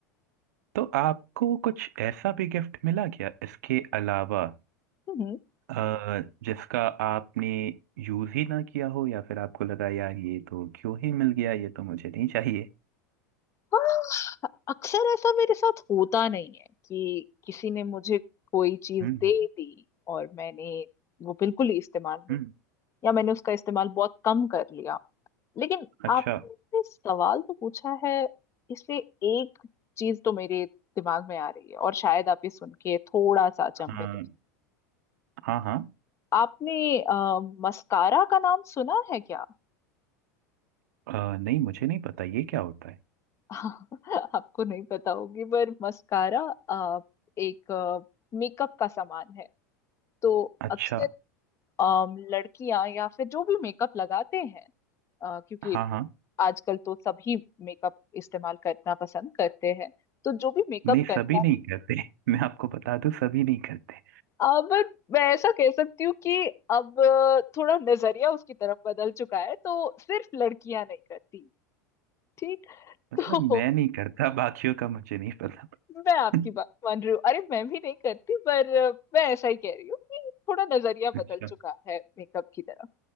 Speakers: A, on the right; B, on the left.
A: तो आपको कुछ ऐसा भी गिफ्ट मिला क्या इसके अलावा
B: हम्म।
A: आ, जिसका आपने यूज ही ना किया हो या फिर आपको लगा यार ये तो क्यों ही मिल गया ये तो मुझे नहीं चाहिए
B: हाँ, अक्सर ऐसा मेरे साथ होता नहीं है कि किसी ने मुझे कोई चीज
A: हम्म
B: दे दी और मैंने वो बिल्कुल ही इस्तेमाल नहीं
A: हम्म
B: या मैंने उसका इस्तेमाल बहुत कम कर लिया लेकिन
A: अच्छा
B: आपने सवाल तो पूछा है इसलिए एक चीज तो मेरे दिमाग में आ रही है और शायद आप ये सुन के थोड़ा सा अचंभित
A: हाँ
B: हो
A: हाँ हाँ
B: आपने आ, मस्कारा का नाम सुना है क्या
A: आ, नहीं मुझे नहीं पता ये क्या होता है
B: <laughs> आपको नहीं पता होगी पर मस्कारा अ, एक मेकअप का सामान है तो
A: अच्छा
B: अक्सर अम, लड़कियां या फिर जो भी मेकअप लगाते हैं अ, क्योंकि
A: हाँ हाँ
B: आजकल तो सभी मेकअप इस्तेमाल करना पसंद करते हैं तो जो भी मेकअप
A: नहीं
B: करता
A: सभी
B: है
A: नहीं करते <laughs> मैं आपको बता दूं सभी नहीं करते
B: अब मैं ऐसा कह सकती हूँ कि अब अ, थोड़ा नजरिया उसकी तरफ बदल चुका है तो सिर्फ लड़कियां नहीं करती ठीक
A: मतलब
B: तो
A: मैं नहीं करता बाकियों का मुझे नहीं पता
B: मैं आपकी
A: <laughs>
B: बात मान रही हूँ अरे मैं भी नहीं करती पर अ, मैं ऐसा ही कह रही हूँ कि थोड़ा नजरिया
A: अच्छा
B: बदल चुका है मेकअप की तरफ